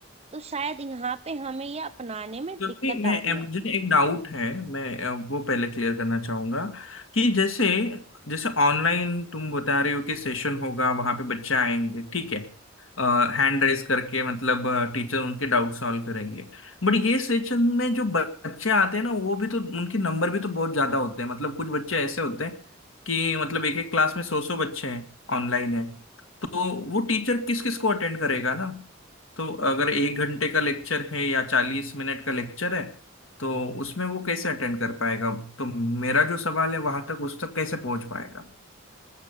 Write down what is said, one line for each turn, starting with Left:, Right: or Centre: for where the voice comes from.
Right: तो शायद यहाँ पे हमें ये अपनाने में
Left: क्योंकि
Right: दिक्कत
Left: मैं
Right: आ रही
Left: अ, मुझे
Right: है
Left: एक डाउट है मैं अ, वो पहले क्लियर करना चाहूंगा कि जैसे जैसे ऑनलाइन तुम बता रहे हो कि सेशन होगा वहां पे बच्चे आएंगे ठीक है हैंड रेस करके मतलब टीचर उनके डाउट सॉल्व करेंगे बट ये सेशन में जो बच्चे आते हैं ना वो भी तो उनके नंबर भी तो बहुत ज्यादा होते हैं मतलब कुछ बच्चे ऐसे होते हैं कि मतलब एक एक क्लास में सौ सौ बच्चे हैं ऑनलाइन है तो वो टीचर किस किस को अटेंड करेगा ना तो अगर एक घंटे का लेक्चर है या चालीस मिनट का लेक्चर है तो उसमें वो कैसे अटेंड कर पाएगा तो मेरा जो सवाल है वहां तक उस तक कैसे पहुंच पाएगा